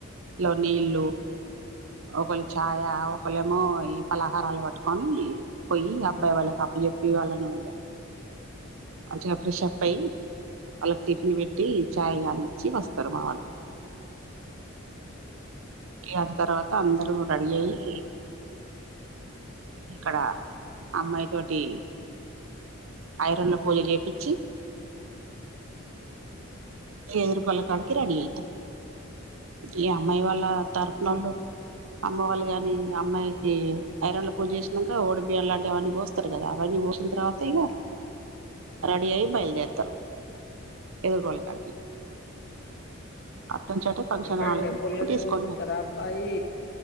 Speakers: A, on the right; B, on the left.
A: లో నీళ్ళు ఒకళ్ళు ఛాయ ఒకళేమో ఈ పలహారాలు పట్టుకొని పోయి అబ్బాయి వాళ్ళకి అప్పచెప్పి వాళ్ళను ఇక మంచిగా ఫ్రెష్ అప్ అయి వాళ్ళకి టిఫిన్ పెట్టి చాయ్ కానిచ్చి వస్తారు మా వాళ్ళు అటు తర్వాత అందరూ రెడీ అయయిి ఇక్కడ అమ్మాయి తోటి ఐరన్ డ్ల ల పూజ జేపించి ఎదురుకళ్ల కాడికి రెడీ అయితాం, ఈ అమ్మాయి వాళ్ళ తరఫునళ్ళు అమ్మ వాళ్ళు కాని అమ్మాయికి ఐరన్ల పూజ చేసినాక ఓడిబియ్యం లాంటివి అవన్నీ పోస్తారు కదా అవన్నీ పోసిన తర్వాత ఇక రెడీ అయి బయలుదేరతారు ఎదురుకోళ్ళ కాడికి అట్నుంచి అటే ఫంక్షన్
B: ఎక్కడ
A: హాల్
B: టెంపుల్
A: కు
B: లోనే
A: తీసుకొని
B: కూర్చుంటారా
A: పోతారు
B: అబ్బాయి